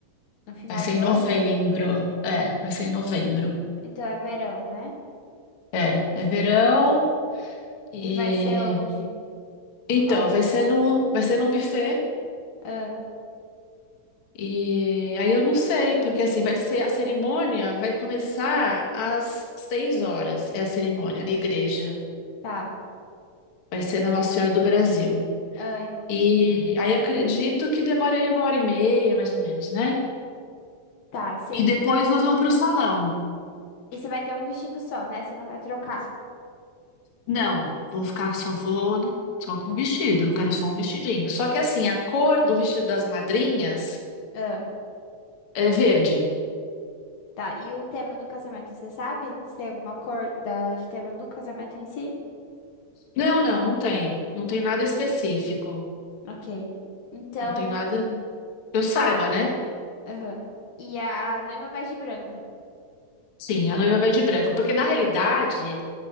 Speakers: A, on the left; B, on the left.
A: No final
B: Vai ser
A: do
B: em novembro.
A: ano?
B: É, vai ser em novembro.
A: Então é verão, né?
B: É, é verão e
A: E vai ser onde?
B: então
A: Qual?
B: vai ser num, vai ser num buffet
A: Ah,
B: e aí eu não sei porque assim vai ser a cerimônia vai começar às seis horas é a cerimônia na igreja
A: tá.
B: vai ser na Nossa Senhora do Brasil
A: Ai.
B: E
A: E de-
B: aí acredito que demore aí uma hora e meia, mais ou menos, né?
A: Tá, sim.
B: E depois
A: Então,
B: nós vamos para o salão.
A: e você vai ter um vestido só, né? Você não vai trocar.
B: Não, vou ficar com só forno, só com vestido. Eu quero só um vestidinho. Só que assim, a cor do vestido das madrinhas
A: Ah,
B: é verde.
A: tá. E o tema do casamento, você sabe? Se tem alguma cor da... de tema do casamento em si?
B: Não, não, não tem. Não tem nada específico.
A: Ok. Então,
B: Não tem nada que eu saiba,
A: a...
B: né?
A: aham. E a noiva vai de branco.
B: Sim, a noiva vai de branco. Porque na realidade,